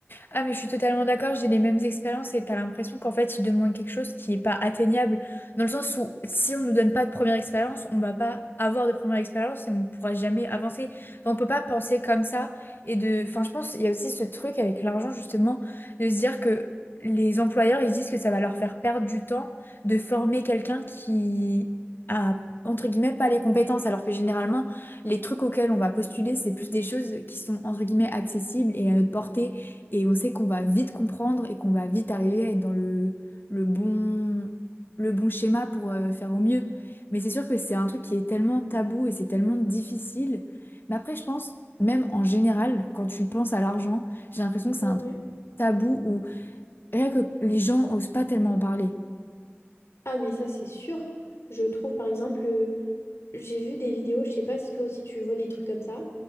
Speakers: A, on the left; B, on the left.
A: Ah, mais je suis totalement d'accord, j'ai les mêmes expériences et t'as l'impression qu'en fait, il demande quelque chose qui n'est pas atteignable. Dans le sens où, si on ne nous donne pas de première expérience, on va pas avoir de première expérience et on ne pourra jamais avancer. Enfin, on peut pas penser comme ça. Et de... Enfin, je pense, il y a aussi ce truc avec l'argent, justement, de se dire que les employeurs, ils se disent que ça va leur faire perdre du temps de former quelqu'un qui a, entre guillemets, pas les compétences, alors que généralement, les trucs auxquels on va postuler, c'est plus des choses qui sont, entre guillemets, accessibles et à notre portée et on sait qu'on va vite comprendre et qu'on va vite arriver à être dans le, le bon, le bon schéma pour euh, faire au mieux. Mais c'est sûr que c'est un truc qui est tellement tabou et c'est tellement difficile. Mais après, je pense, même en général, quand tu penses à l'argent, j'ai l'impression que c'est
B: Ouais.
A: un truc tabou où rien que les gens osent pas tellement en parler.
B: Ah, mais ça, c'est sûr. Je trouve, par exemple, euh, J'ai vu des vidéos, je sais pas si toi aussi tu vois des trucs comme ça,